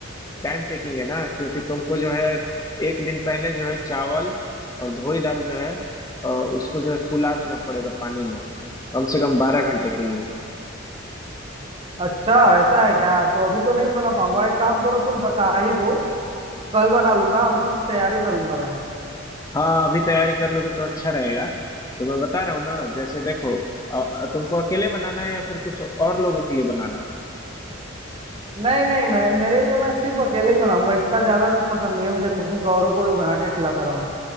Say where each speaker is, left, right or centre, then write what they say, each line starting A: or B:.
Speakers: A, on the left (about 15°); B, on the right (about 30°).
A: टाइम टेकिंग है ना क्योंकि तुमको जो है एक दिन पहले जो है चावल और धोई दाल जो है अ, उसको जो है फुला देना पड़ेगा पानी में कम से कम बारह घंटे के लिए
B: अच्छा ऐसा है क्या तो अभी तो नहीं बना पाऊंगा एक काम करो तुम बता ही दो कल बना लूंगा अभी तैयारी कर लूंगा मैं
A: हाँ अभी तैयारी कर लोगे तो अच्छा रहेगा तो मैं बता रहा हूँ ना जैसे देखो अ, तुमको अकेले बनाना है या फिर कुछ और लोगों के लिए बनाना है
B: नहीं नहीं मैं मेरे लिए मैं सिर्फ अकेले ही बनाऊंगा इतना ज्यादा भी पसंद नहीं है मुझे कुकिंग का, औरों को भी बना के खिलाता रहूं